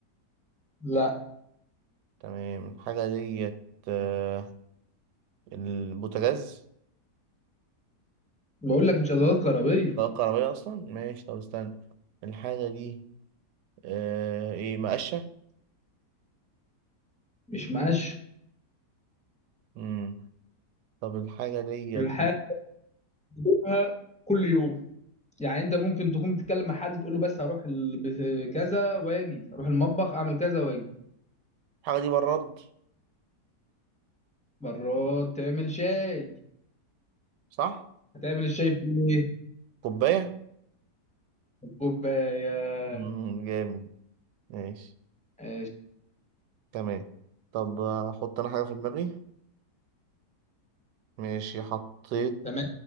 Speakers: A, in the centre; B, on the right.
A: لا
B: تمام الحاجة ديت آه البوتاجاز
A: بقول لك مش ادوات كهربية
B: طاقة كهربائية أصلا ماشي طب استنى الحاجة دي آه ايه مقشة
A: مش مقاش
B: مم. طب الحاجة ديت
A: الحاجة بتشوفها كل يوم يعني انت ممكن تكون بتتكلم مع حد تقول له بس هروح ال- بز- كذا واجي اروح المطبخ اعمل كذا واجي
B: الحاجة دي براد
A: مرات تعمل شاي
B: صح
A: هتعمل الشاي في ايه
B: كوباية
A: في الكوبايه
B: مم. جامد ماشي
A: آه،
B: تمام طب أحط أنا حاجة في دماغي ماشي حطيت
A: تمام